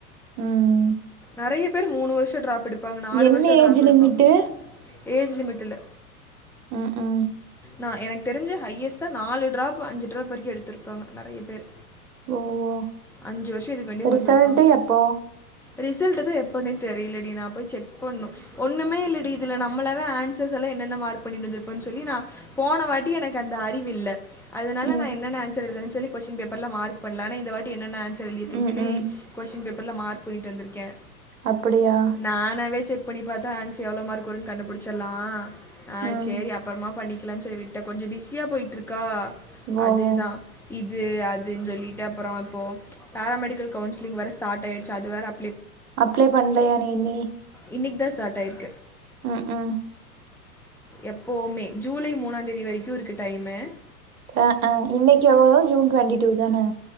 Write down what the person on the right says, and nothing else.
ம்
என்ன
ஏஜ்
லிமிட்டு
ஏ ஏ
ஒ ஓ
ரிசல்ட்டு
எப்போ
ம்
ம்
ம்
அப்படியா
ம்
ஓ
ஓ
அப்ளே பண்லயா நீ நீ
உம் உம்
ஆ ஆ இன்னிக் எவ்வளோ ஜூன் டுவொண்ட்டி டூ தான